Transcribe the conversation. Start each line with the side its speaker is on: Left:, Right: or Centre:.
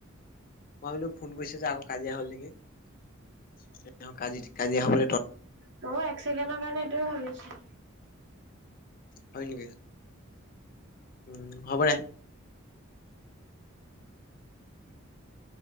Left: মই ভাবিলো ফোন কৰিছো যে আকৌ কাজিয়া হ'ল নেকি <unintelligible> কাজি কাজিয়া হ'বলে
Right: ময়ো এক চেকেণ্ডৰ কাৰণে এইটোয়ে ভাবিছোঁ
Left: হয় নেকি? উম হ'ব দে
Right: <inaudible>